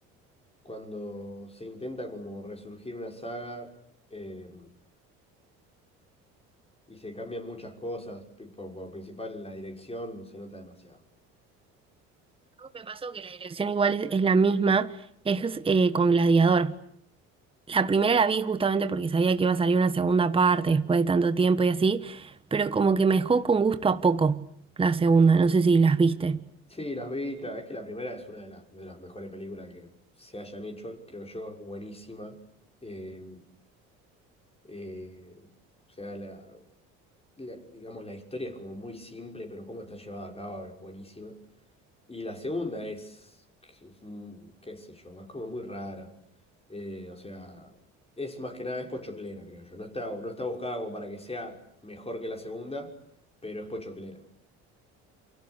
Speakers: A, on the left; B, on the right.
A: cuando se intenta como resurgir una saga eh, y se cambian muchas cosas, pi- por, por principal la dirección se nota demasiado.
B: Me pasó que la dirección igual es, es la misma, es eh, con Gladiador. La primera la vi justamente porque sabía que iba a salir una segunda parte después de tanto tiempo y así, pero como que me dejó con gusto a poco la segunda, no sé si las viste.
A: Sí, las vi, claro, es que la primera es una de las, de las mejores películas que se hayan hecho, creo yo, es buenísima. Eh, eh, o sea, la, la- digamos, la historia es como muy simple, pero cómo está llevada a cabo es buenísima. Y la segunda es, mm, qué sé yo, es como muy rara. Eh, o sea, es más que nada, es pochoclera, creo yo. No está, no está buscada como para que sea mejor que la segunda, pero es pochoclera.